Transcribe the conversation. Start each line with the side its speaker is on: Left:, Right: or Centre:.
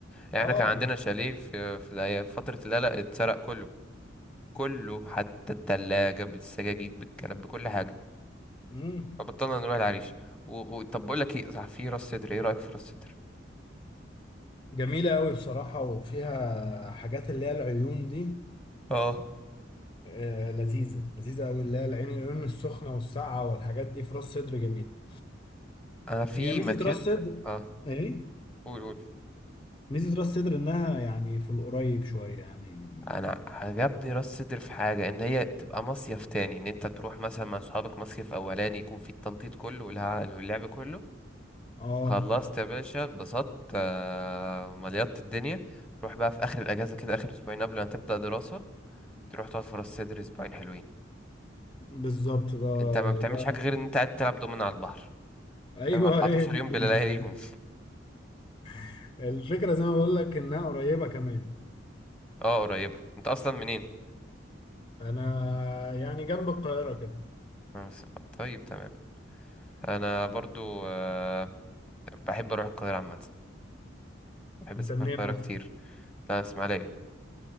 Centre: يعني
Left: اه
Centre: احنا كان عندنا شاليه في في الأي- في فترة القلق اتسرق كله كله حتى التلاجة بالسجاجيد بالكنب بكل حاجة
Left: امم
Centre: فبطلنا نروح العريش و... و... طب بقول لك ايه صح في راس سدر ايه رأيك في راس سدر
Left: جميله قوي بصراحه وفيها حاجات اللي هي العيون دي
Centre: اه
Left: آه، لذيذة لذيذة أوي اللي هي العين العيون السخنة والساقعة والحاجات دي في راس صدر جميل
Centre: انا في
Left: هي ميزة
Centre: مكان
Left: راس صدر
Centre: اه
Left: إيه
Centre: قول قول
Left: ميزة راس صدر إنها يعني في القريب شوية يعني م-
Centre: انا عجبني راس سدر في حاجه ان هي تبقى مصيف تاني ان انت تروح مثلا مع اصحابك مصيف اولاني يكون في التنطيط كله والع- واللعب كله
Left: آه
Centre: خلصت يا باشا اتبسطت آه، مليطت الدنيا روح بقى في اخر الاجازه كده اخر اسبوعين قبل ما تبدا دراسه تروح تقعد في راس سدر اسبوعين حلوين
Left: بالظبط ده
Centre: انت ما بتعملش
Left: ده
Centre: حاجه غير ان انت قاعد تلعب دومينو على البحر
Left: أيوه
Centre: فاهم 14
Left: هي دي
Centre: يوم
Left: الدنيا
Centre: بلا لياليهم
Left: <laughs> الفكرة زي ما بقول لك إنها قريبة كمان
Centre: <laughs> اه قريبه انت اصلا منين
Left: أنا يعني جنب القاهرة كده
Centre: أنا بس- طيب تمام انا برضو آه، بحب اروح القاهره عامه بحب
Left: أنت
Centre: اسافر
Left: منين
Centre: القاهره
Left: أصلا؟
Centre: كتير لا اسماعيليه